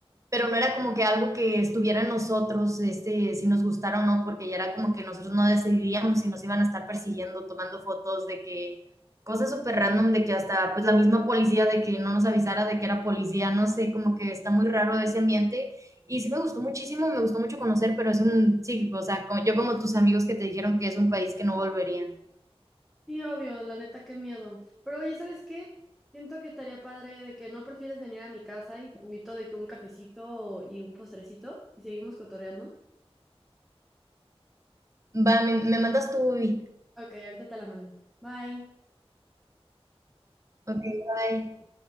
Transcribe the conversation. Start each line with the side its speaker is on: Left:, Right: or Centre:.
Right: pero no era como que algo que estuviera en nosotros, este, si nos gustara o no, porque ya era como que nosotros no decidíamos si nos iban a estar persiguiendo, tomando fotos de que cosas súper random, de que hasta pues la misma policía, de que no nos avisara de que era policía, no sé, como que está muy raro ese ambiente. Y sí me gustó muchísimo, me gustó mucho conocer, pero es un, sí, o sea, como, yo como tus amigos que te dijeron que es un país que no volverían.
Centre: Sí, obvio, la neta, qué miedo. Pero oye, ¿sabes qué? Siento que estaría padre de que no prefieres venir a mi casa y te invito de que un cafecito y un postrecito y seguimos cotorreando.
Right: Va, me, me mandas tú, Ubi.
Centre: Ok, ahorita te la mando. Bye.
Right: Ok, bye.